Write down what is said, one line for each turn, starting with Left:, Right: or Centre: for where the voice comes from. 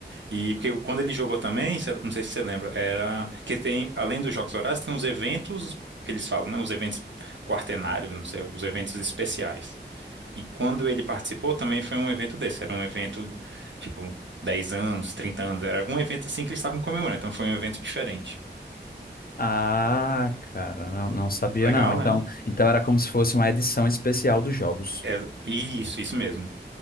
Right: E porque quando ele jogou também, cê- não sei se você lembra, era que tem, além dos Jogos Horários, tem os eventos que eles falam, né? Os eventos quartenários, não sei, os eventos especiais. E quando ele participou também foi um evento desse, era um evento tipo 10 anos, 30 anos, era algum evento assim que eles estavam comemorando, então foi um evento diferente.
Left: Ah, cara, não, não sabia
Right: Legal,
Left: não. Então,
Right: né?
Left: então era como se fosse uma edição especial dos jogos.
Right: É, isso, isso mesmo.